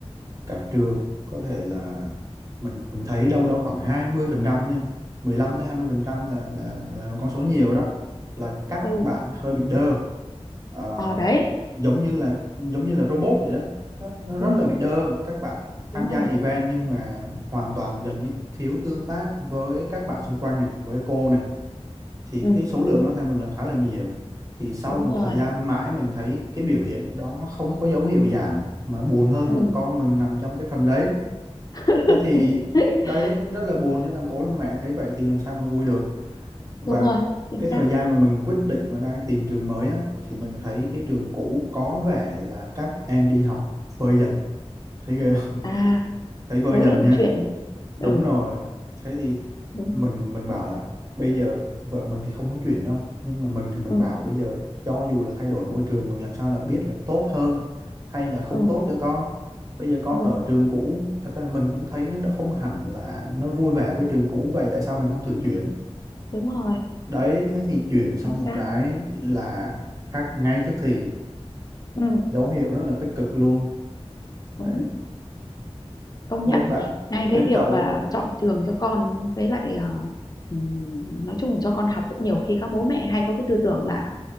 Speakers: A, on the right; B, on the left.
A: cả trường có thể là mình mình thấy đâu đó khoảng 20% nha, 15 tới 20% là là là một con số nhiều đó là các
B: ừ
A: bạn hơi bị đơ Ờ,
B: ờ đấy
A: giống như là giống như là robot vậy đó nó, nó rất
B: ừ
A: là bị đơ các bạn tham
B: đúng
A: gia
B: rồi
A: event nhưng mà hoàn toàn gần như thiếu tương tác với các bạn xung quanh này với cô này thì
B: ừ
A: cái số lượng nó theo mình là khá là nhiều thì sau
B: đúng
A: một
B: rồi
A: thời gian mãi mình thấy cái biểu hiện đó nó không có dấu hiệu giảm mà buồn hơn
B: ừ
A: là con mình nằm trong cái phần đấy
B: <laughs>
A: thế thì đấy rất là buồn nhưng làm bố làm mẹ thấy vậy thì làm sao mà vui được và
B: đúng rồi chính
A: cái
B: xác
A: thời gian mà mình quyết định mà đang tìm trường mới á thì mình thấy cái trường cũ có vẻ là các em đi học vơi dần thấy ghê không
B: à
A: <laughs> thấy vơi
B: số
A: dần
B: lượng
A: nha
B: chuyển ừ
A: đúng rồi thế thì
B: đúng
A: mình
B: rồi
A: mình bảo là bây giờ vợ mình thì không muốn chuyển đâu nhưng mà mình thì mình
B: ừ
A: bảo bây giờ cho dù là thay đổi môi trường mình làm sao là biết là tốt hơn hay là không
B: ừ
A: tốt cho con bây giờ con
B: ừ
A: ở trường cũ thật ra mình cũng thấy nó đã không hẳn là nó vui vẻ với trường cũ vậy tại sao mình không thử chuyển
B: đúng rồi
A: đấy thế thì chuyển sang
B: chính
A: một
B: xác
A: cái là khác ngay tức thì
B: ừ
A: dấu hiệu rất là tích cực luôn đấy
B: đúng công
A: bên
B: nhận
A: bạn
B: ngay
A: bên
B: cái việc
A: cậu
B: mà
A: mà
B: chọn trường cho con với lại ờ, ừm, nói chung là cho con học rất nhiều khi các bố mẹ hay có cái tư tưởng là